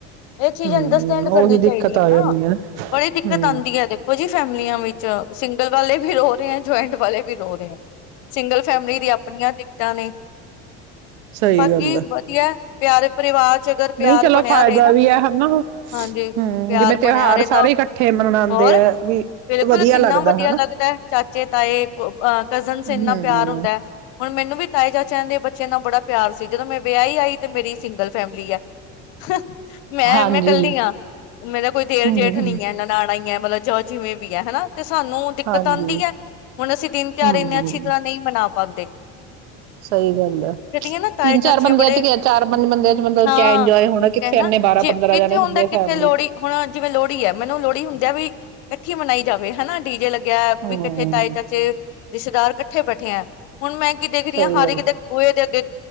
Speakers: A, on the left; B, on the right.
A: ਇਹ ਚੀਜ਼
B: ਹਮ
A: ਅੰਡਰਸਟੈਂਡ ਕਰਨੀ
B: ਉਹੀ
A: ਚਾਹੀਦੀ
B: ਦਿੱਕਤ
A: ਹੈ
B: ਆ ਜਾਂਦੀ
A: ਨਾ ਬੜੀ ਦਿੱਕਤ
B: ਹੂੰ-ਹੂੰ,
A: ਆਂਦੀ ਹੈ ਦੇਖੋ ਜੀ ਫੇਰ ਫੈਮਲੀਆਂ ਵਿੱਚ ਸਿੰਗਲ ਵਾਲੇ ਵੀ ਰੋ ਰਹੇ ਆ ਜੁਆਇੰਟ ਵਾਲੇ ਵੀ ਰੋ ਰਹੇ ਆ। ਸਿੰਗਲ ਫੈਮਿਲੀ ਦੀ ਆਪਣੀਆਂ ਦਿਕਤਾਂ ਨੇ
B: ਸਹੀ
A: ਬਾਕੀ
B: ਗੱਲ ਐ।
A: ਵਧੀਆ ਪਿਆਰੇ ਪਰਿਵਾਰ ਚ ਅਗਰ ਪਿਆਰ
B: ਨਹੀਂ ਚਲੋ
A: <unintelligible>
B: ਫਾਇਦਾ ਵੀ ਹੈ ਹਨਾ। ਹੂੰ,
A: ਹਾਂਜੀ, ਪਿਆਰ
B: ਜਿਵੇਂ ਤਿਉਹਾਰ
A: ਬਣਿਆ ਰਹੇ
B: ਸਾਰੇ
A: ਤਾਂ
B: ਇਕੱਠੇ ਮਨਾਉਂਦੇ
A: ਹੋਰ
B: ਆ ਵੀ
A: ਬਿਲਕੁਲ
B: ਵਧੀਆ
A: ਕਿੰਨਾ
B: ਲੱਗਦਾ
A: ਵਧੀਆ
B: ਹਨਾ।
A: ਲੱਗਦਾ ਚਾਚੇ ਤਾਏ ਕਜ਼ਨਸ
B: ਹੂੰ,
A: ਇੰਨਾ ਪਿਆਰ ਹੁੰਦਾ ਹੁਣ ਮੈਨੂੰ ਤਾਏ ਚਾਚੇ ਦੇ ਬੱਚਿਆਂ ਨਾਲ ਬੜਾ ਪਿਆਰ ਸੀ ਜਦੋਂ ਮੈਂ ਵਿਆਹੀ ਆਈ ਤੇ ਮੇਰੀ ਸਿੰਗਲ ਫੈਮਿਲੀ ਐ। <unintelligible> ਮੈਂ
B: ਹਾਂਜੀ।
A: ਮੈਂ ਕੱਲੀ ਆ ਮੇਰਾ ਕੋਈ ਦੇਰ
B: ਹੂੰ,
A: ਜੇਠ ਨੀ ਨਨਾਣ ਹੀ ਮਤਲਬ ਜੋ ਜਿਵੇਂ ਵੀ ਹੈ ਹਨਾ। ਤੇ ਸਾਨੂੰ ਦਿੱਕਤ
B: ਹਾਂਜੀ।
A: ਆਂਦੀ ਐ ਹੁਣ ਅਸੀਂ ਦਿਨ ਤਿਉਹਾਰ
B: ਹੂੰ,
A: ਇੰਨੇ ਅੱਛੀ ਤਰ੍ਹਾਂ ਨਹੀਂ ਮਨਾ ਪਾਂਦੇ।
B: ਸਹੀ ਗੱਲ ਆ
A: ਹਾਂ ਨਾ ਤਾਏ
B: ਤਿੰਨ ਚਾਰ
A: ਚਾਚੇ
B: ਬੰਦਿਆਂ
A: ਬੜੇ
B: ਚ ਗਿਆ ਚਾਰ ਪੰਜ ਬੰਦਿਆਂ ਚ ਮਤਲਬ
A: ਹਾਂ
B: ਕਿਆ ਇੰਜੋਏ
A: ਕਹਿਣਾ
B: ਹੋਣਾ ਕਿੱਥੇ ਇੰਨੇ ਬਾਰਾਂ
A: ਜੇ
B: ਪੰਦਰਾਂ
A: ਕਿੱਥੇ
B: ਜਾਣੇ
A: ਹੁੰਦਾ
B: ਹੁੰਦੇ ਆ ਫੈਮਿਲੀ
A: ਕਿੱਥੇ ਲੋਹੜੀ
B: ਚ।
A: ਹੁਣ ਜਿਵੇਂ ਲੋਹੜੀ ਹੈ ਮੈਨੂੰ ਲੋਹੜੀ ਹੁੰਦਿਆਂ ਵੀ ਇਕੱਠੀ ਮਨਾਈ ਜਾਵੇ ਹਨਾ ਡੀ ਜੇ ਲੱਗੇ ਗਿਆ
B: ਹੂੰ,
A: ਵੀ ਇਕੱਠੇ ਤਾਏ ਚਾਚੇ ਰਿਸ਼ਤੇਦਾਰ ਇੱ ਕੱਠੇ ਬੈਠੇ ਆ ਹੁਣ ਮੈਂ ਦੇਖਦੀ
B: ਸਹੀ
A: ਆ ਹਰ
B: ਗੱਲ
A: ਇੱਕ ਦੇ ਬੂਹੇ ਦੇ ਅੱਗੇ